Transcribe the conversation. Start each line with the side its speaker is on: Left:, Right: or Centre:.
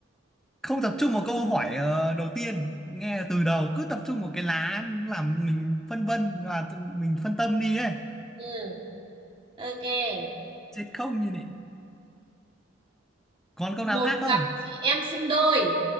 Centre: không tập trung vào câu hỏi ờ, đầu tiên nghe từ đầu cứ tập trung vào cái lá làm mình phân vân và tự- mình phân tâm đi ấy
Right: ừ ok
Centre: chết không như này còn câu
Right: một
Centre: nào khác không
Right: cặp chị em sinh đôi